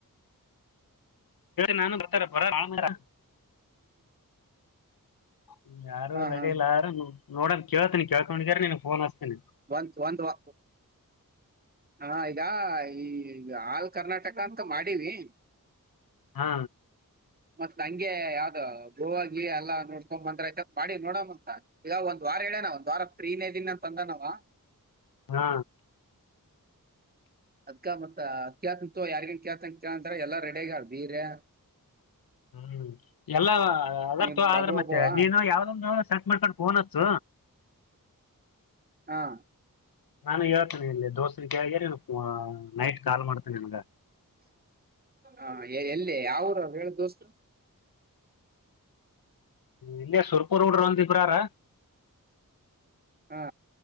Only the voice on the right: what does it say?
ಹಾ
ಹಾ
ಒಂದು ಒಂದು ವ ಹಾ ಈಗ ಈ ಆಲ್ ಕರ್ನಾಟಕ ಅಂತ ಮಾಡೀವಿ
ಮತ್ತ್ ನಂಗೆ ಯಾವ್ದ ಗೋವ ಗೀ ಎಲ್ಲಾ ನೋಡ್ಕೊಂಡ್ ಬಂದ್ರ ಆಯ್ತ ಅಂತ ಮಾಡಿ ನೋಡಂಮ್ ಅಂತ ಈಗ ಒಂದ್ ವಾರ ಹೇಳೇನಾ ಒಂದ್ ವಾರ ಫ್ರೀನೇ ಇದೀನಿ ಅಂತ ಬಂದನ ಅವ
ಅದ್ಕ ಮತ್ತ ಅತ್ಯತ ಯಾರಿಗ ಅಂತ್ಯತಅಂತಾರ ಎಲ್ಲಾ ರೆಡಿ ಆಗ ಬೀರೆ
ನಿಮ್
ಪ್ರಭು
ಒಬ್ಬವ
ಹಾ
ಅ ಎಲ್ಲಿ ಯಾವ ಊರು ಹೇಳ ದೋಸ್ರು
ಹಾ